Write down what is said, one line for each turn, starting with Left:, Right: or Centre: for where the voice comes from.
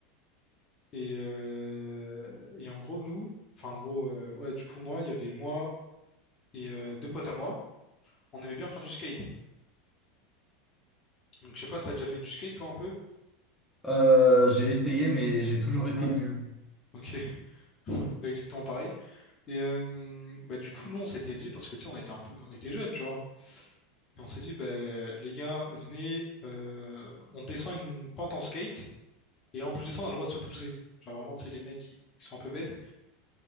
Left: Et, euh, et en gros, nous. Enfin, en gros, euh, ouais, du coup, moi, il y avait moi. et euh, deux potes à moi. On aimait bien faire du skate. Donc, je sais pas si t'as déjà fait du skate, toi, un peu?
Centre: Euh, j'ai essayé, mais j'ai toujours été
Left: Ouais.
Centre: nul.
Left: Ok. <laughs> Exactement pareil. Et euh, bah, du coup, nous, on s'était dit, parce que tu sais, on était un peu, on était jeunes, tu vois. Et on s'est dit, bah, les gars, venez, euh, on descend une pente en skate. Et en plus de ça, on a le droit de se pousser. Genre vraiment, tu sais, les mecs, ils sont un peu bêtes.